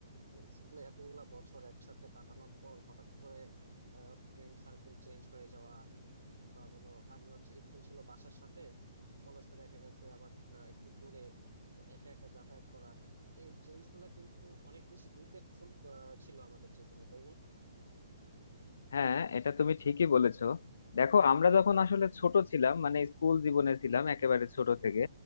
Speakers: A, on the right; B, on the left.
A: মানে স্কুলে এতগুলা বছর একসাথে কাটানোর পর হঠাৎ করে ফ্রেন্ড সার্কেল চেঞ্জ হয়ে যাওয়া বা বলো আগে হচ্ছে স্কুল ছিল বাসার সাথে কলেজটা দেখা গেছে আবার আহ, একটু দূরে তো একা একা যাতায়াত করা এই চেঞ্জ গুলা কিন্তু অনেক বেশি ইম্প্যাক্টফুল ছিল আমাদের জীবনে তাই না
B: হ্যাঁ এটা তুমি ঠিকই বলেছো দেখো আমরা যখন আসলে ছোট ছিলাম মানে স্কুল জীবনে ছিলাম একেবারে ছোট থেকে